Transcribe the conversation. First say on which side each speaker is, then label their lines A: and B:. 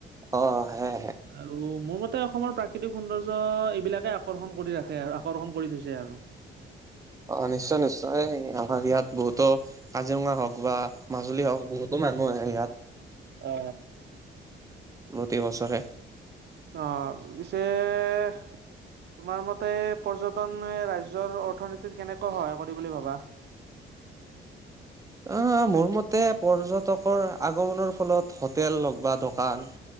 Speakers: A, on the right; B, on the right.
A: অ আহে।
B: আৰু মোৰ মতে অসমৰ প্ৰাকৃতিক সৌন্দৰ্য্য এইবিলাকে আকৰ্ষণ কৰি ৰাখে আৰু আকৰ্ষণ কৰি থৈছে আৰু।
A: অ নিশ্চয় নিশ্চয় আমাৰ ইয়াত বহুতো- কাজিৰঙা হওক বা মাজুলী হওক বহুতো মানুহ আহে ইয়াত।
B: অ।
A: প্ৰতি বছৰে।
B: অ পিছে- তোমাৰ মতে পৰ্যটনে ৰাজ্যৰ অৰ্থনীতিত কেনেকৈ সহায় কৰি বুলি ভাবা?
A: অ মোৰ মতে পৰ্যটকৰ আগমনৰ ফলত হোটেল হওক বা দোকান-